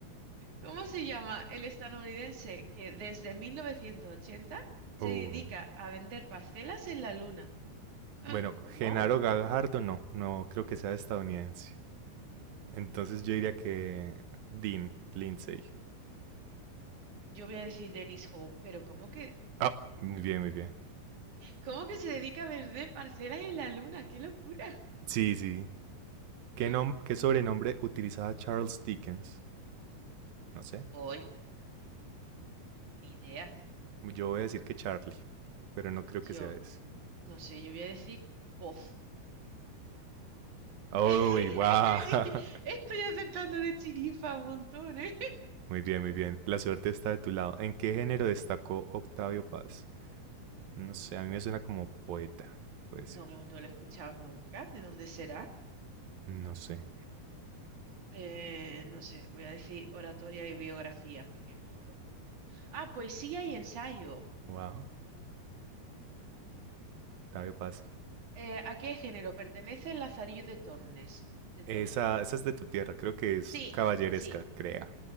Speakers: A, on the right; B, on the right.
A: ¿Cómo se llama el estadounidense que desde 1980 se
B: Uh,
A: dedica a vender parcelas en la luna? ¡Ah!
B: bueno,
A: ¿Cómo?
B: Genaro Gajardo no, no creo que sea estadounidense. Entonces yo diría que Dean Lindsay.
A: Yo voy a decir Dennis Howe, pero ¿cómo que,
B: Ah, muy bien, muy bien.
A: cómo que se dedica a vender parcelas en la luna? ¡Qué locura!
B: Sí, sí. ¿Qué,
A: ¡Ah!
B: nom- qué sobrenombre utilizaba Charles Dickens? No sé.
A: Hoy, ni idea.
B: Yo voy a decir que Charlie, pero no creo
A: Yo,
B: que sea ese.
A: no sé, yo voy a decir voz.
B: ¡Uy,
A: <laughs>
B: wow! <laughs>
A: Estoy acertando de chiripa un montón, ¿eh?
B: Muy bien, muy bien. La suerte está de tu lado. ¿En qué género destacó Octavio Paz? No sé, a mí me suena como poeta. Puede
A: No,
B: ser.
A: no lo he escuchado nunca. ¿De dónde será?
B: No sé.
A: Eh, no sé, voy a decir oratoria y biografía porque no lo conozco. Ah, poesía y ensayo.
B: Wow, Octavio Paz.
A: Eh, ¿a qué género pertenece el Lazarillo de Tornes? De
B: Esa,
A: Tormes.
B: esa es de tu tierra, creo que es
A: Sí,
B: caballeresca,
A: sí.
B: crea.